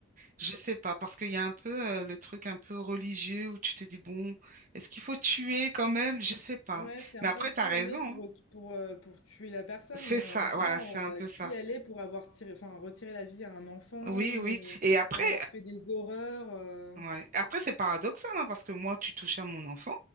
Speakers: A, on the right; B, on the left.
A: Je sais pas. Parce qu'il y a un peu euh, le truc un peu religieux où tu te dis, bon, est-ce qu'il faut tuer quand même? Je sais pas.
B: Ouais, c'est un
A: Mais après,
B: peu qui
A: t'as raison.
B: on est
A: hein.
B: pour, pour, euh, pour tuer la personne,
A: C'est
B: mais
A: ça.
B: en même temps,
A: Voilà, c'est
B: euh,
A: un peu ça.
B: qui elle est pour avoir tiré, enfin, retiré la vie à un enfant
A: Oui, oui.
B: ou,
A: Et après,
B: ou avoir fait des horreurs. euh.
A: Ouais. Et Après, c'est paradoxal, hein, parce que moi, tu touches à mon enfant,